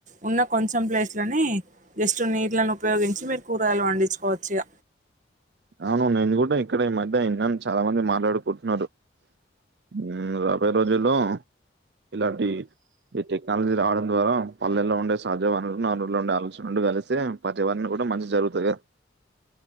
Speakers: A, on the right (about 40°); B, on the right (about 60°).
A: ఉన్న కొంచెం ప్లేస్లన్ జస్ట్ నీళ్లను ఉపయోగించి మీరు కూరగాయలు పండించుకోవచ్చు ఇగ
B: అవును నేను కూడా ఇక్కడే ఈ మధ్య ఇన్నాన్ చాలా మంది మాట్లాడుకుంటున్నారు ఉమ్ రాబయే రోజుల్లో ఇలాంటి టెక్ టెక్నాలజీ రావడం ద్వారా పల్లెల్లో ఉండే సహజ వనరులు ఉండే ఆలోచన కలిసి పర్యావరణ కూడా మంచి జరుగుతది